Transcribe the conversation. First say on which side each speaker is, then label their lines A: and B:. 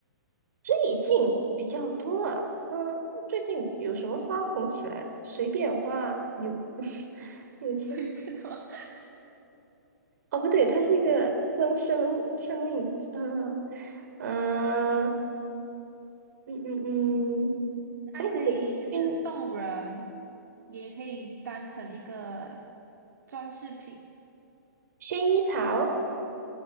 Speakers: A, on the right; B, on the right.
A: 意境比较多啊。嗯，最近有什么花红起来？随便花啊有 <laughs>
B: <laughs>
A: 有钱
B: 随便的话
A: 哦，不对，它是一个生生生命，嗯嗯嗯嗯嗯，三个字，
B: 它可以就是送人，
A: 薰
B: 也可以当成一个装饰品。
A: 薰衣草、